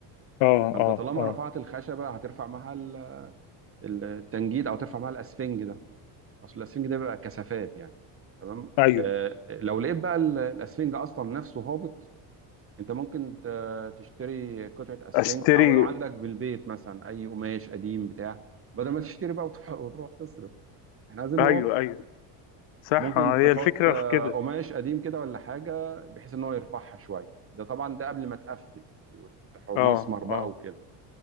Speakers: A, on the left; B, on the right.
A: اه
B: فانت
A: اه
B: طالما
A: اه
B: رفعت الخشبة هترفع معاها ال- التنجيد او ترفع معاها الاسفنج ده اصل الاسفنج ده بيبقى كثافات يعني تمام
A: ايوه
B: آه، آه، لو لقيت بقى ال- الاسفنج اصلا نفسه هابط انت ممكن ت- تشتري قطعه اسفنج
A: اشتري
B: او لو عندك بالبيت مثلا اي قماش قديم بتاع بدل ما تشتري بقى وتروح, وتروح تصرف احنا عايزين
A: ايوه
B: ان هو
A: ايوه صح
B: ممكن
A: آه،
B: تحط
A: هي الفكرة
B: آه،
A: في كده
B: قماش قديم كده ولا حاجه بحيث ان هو يرفعها شويه ده طبعا ده قبل ما تقفل وتح- مسمر
A: اه
B: بقى
A: اه
B: وكده